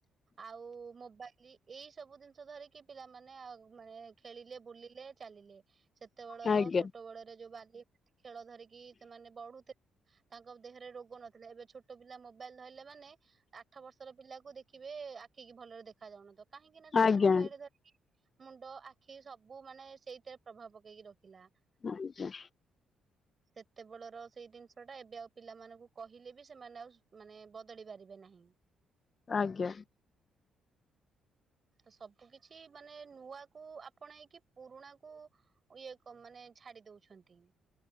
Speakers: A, on the right; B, on the left.
A: ଆଉ ମୋବାଇଲ ଏଇ ସବୁ ଜିନିଷ ଧରିକି ପିଲାମାନେ ମାନେ ଖେଳିଲେ ବୁଲିଲେ ଚାଲିଲେ। ସେତେବେଳର
B: ଆଜ୍ଞା
A: ଛୋଟ ବେଳରେ ଯୋଉ ବାଲି ଖେଳ ଧରିକି ସେମାନେ ବଢୁ଼ଥିଲେ। ତାଙ୍କ ଦେହରେ ରୋଗ ନଥିଲା ଏବେ ଛୋଟ ପିଲା ମୋବାଇଲ ଧରିଲେ ମାନେ ଆଠ ବର୍ଷର ପିଲାକୁ ଦେଖିବେ ଆଖିକି ଭଲରେ ଦେଖାଯାଉନଥିବ କାହିଁକି ନା ସେମାନେ
B: ଆଜ୍ଞା
A: ମୋବାଇଲ ରେ ଧ ମୁଣ୍ଡ ଆଖି ସବୁ ମାନେ ସେଇଥିରେ ପ୍ରଭାବ ପକେଇକି ରଖିଲା।
B: ଆଜ୍ଞା।
A: <inaudible> ସେତେବେଳର ସେଇ ଜିନିଷ ଟା ଏବେ ଆଉ ପିଲାମାନଙ୍କୁ କହିଲେ ବି ସେମାନେ ଆଉ ମାନେ ବଦଳି ପାରିବେ ନାହିଁ।
B: ଆଜ୍ଞା।
A: ସବୁ କିଛି ମାନେ ନୂଆ କୁ ଆପଣେଇକି ପୁରୁଣା କୁ ଇଏ ମାନେ ଛାଡ଼ି ଦଉଛନ୍ତି।